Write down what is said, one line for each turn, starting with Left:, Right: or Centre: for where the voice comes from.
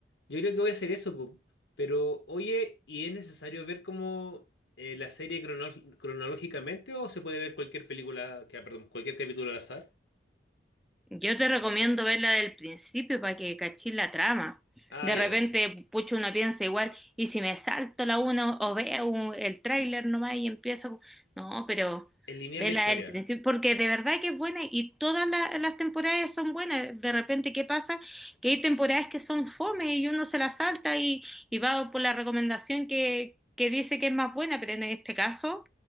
Left: Yo creo que voy a hacer eso, po. Pero, oye, ¿y es necesario ver como eh, la serie crono- cronológicamente o se puede ver cualquier película, que, ah, perdón, cualquier capítulo al azar?
Centre: Yo te recomiendo verla del principio para que cachis la trama.
Left: Ah,
Centre: De
Left: ya.
Centre: repente, pucho, uno piensa igual, y si me salto la una o veo un- el tráiler nomás y empiezo. No, pero
Left: Es lineal
Centre: vela
Left: la historia.
Centre: del principio, porque de verdad que es buena y todas la- las temporadas son buenas. De repente, ¿qué pasa? Que hay temporadas que son fome y uno se las salta y, y va por la recomendación que, que dice que es más buena, pero en este caso,